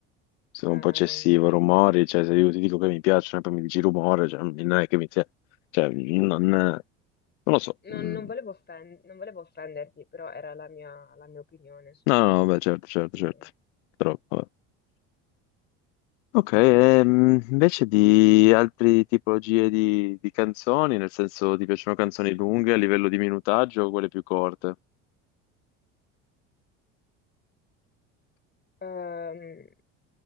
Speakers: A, on the left; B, on the left.
A: sono
B: ehm,
A: un po' eccessivo, rumori, cioè se io ti dico che mi piacciono e poi mi dici rumore, cioè, non è che mi sia... Cioè, non, non lo so,
B: non,
A: mm,
B: non volevo offen- non volevo offenderti, però era la mia, la mia opinione. su-
A: No, no, beh, certo, certo,
B: sì,
A: certo.
B: sì.
A: Troppo. eh. Ok, ehm, invece di altre tipologie di, di canzoni, nel senso ti piacciono canzoni lunghe a livello di minutaggio o quelle più corte?
B: Ehm,